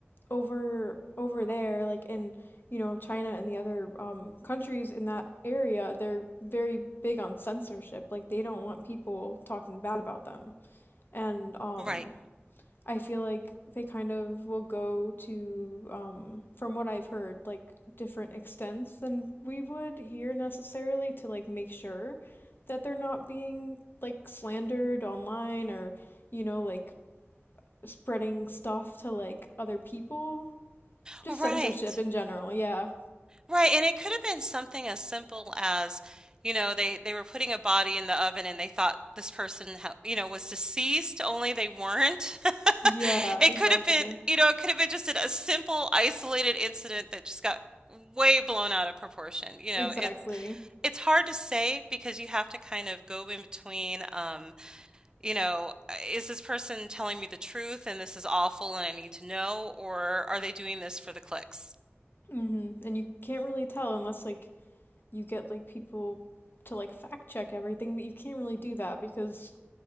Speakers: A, on the left; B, on the right.
A: over over there like in you know China and the other um countries in that area they're very big on censorship like they don't want people talking bad about them and um
B: Right.
A: I feel like they kind of will go to, um, from what I've heard, like different extents than we would here necessarily to like make sure that they're not being like slandered online or, you know, like spreading stuff to like other people. Just
B: Right.
A: censorship in general, yeah.
B: Right, and it could have been something as simple as, you know, they they were putting a body in the oven and they thought this person, ha- you know, was deceased, only they weren't. <laughs>
A: Yeah,
B: It
A: exactly.
B: could have been, you know, it could have been just a simple isolated incident that just got way blown out of proportion. You know,
A: Exactly.
B: it's it's hard to say because you have to kind of go in between, um, you know, uh, is this person telling me the truth and this is awful and I need to know, or are they doing this for the clicks?
A: hmm And you can't really tell unless like you get like people to like fact check everything, but you can't really do that because